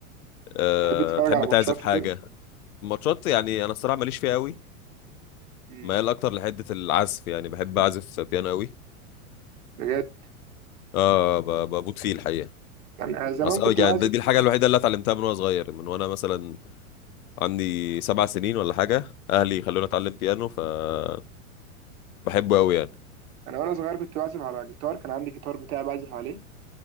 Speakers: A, on the left; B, on the right.
A: أه
B: تتفرج
A: تحب
B: على ماتشات
A: تعزف حاجه
B: وكده
A: ماتشات يعني انا الصراحه ماليش فيها قوي
B: مم.
A: ميال اكتر لحته العزف يعني بحب اعزف بيانو قوي
B: بجد
A: اه ب- بموت فيه الحقيقه
B: يعني انا زمان
A: اصل
B: كنت
A: يعني
B: بعزف
A: دي دي الحاجه الوحيده اللي اتعلمتها من وانا صغير من وانا مثلا عندي سبع سنين ولا حاجة أهلي خلوني أتعلم بيانو فبحبه أوي
B: يعني
A: يعني
B: انا وانا صغير كنت بعزف على جيتار كان عندي جيتار بتاعي بعزف عليه